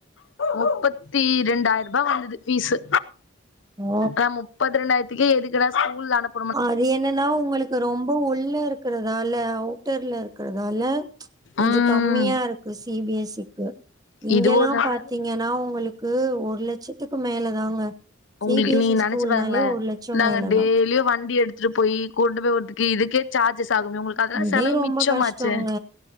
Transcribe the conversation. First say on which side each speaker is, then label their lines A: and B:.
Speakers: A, on the left; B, on the right.
A: முப்பத்தி ரெண்டாய்ரூபா வாங்குது பீஸு
B: ஓ
A: ஆ முப்பத் ரெண்டாயிரத்துக்கே எதுக்குடா ஸ்கூல் அனுப்
B: அது என்னன்னா உங்களுக்கு ரொம்ப உள்ள இருக்கிறதால அவுட்டர்ல இருக்கிறதால கொஞ்சோ
A: ம்
B: கம்மியா இருக்கு சி பி எஸ் சிக்கு இங்கெல்லா
A: இது ஒரு நல்லது
B: பாத்தீங்கன்னா உங்களுக் க்கு ஒரு லட்சத்துக்கு மேலதாங்க
A: உங்ளுக்
B: சி பி எஸ்
A: நீங்க
B: சி
A: நெனச்சு
B: ஸ்கூல்னாலே
A: பாருங்கள
B: ஒரு லட்சோ
A: நாங்க
B: மேலதா
A: டெய்லியு வண்டி எடுத் துட்டு போயி கொண்டு போய் வுடுறதுக்கே இதுக்கே சார்ஜஸ் ஆகுமே உங்களுக்கு அதலா
B: இதே
A: செலவு
B: ரொம்ப
A: மிச்சமாச்சே
B: கஷ்டோங்க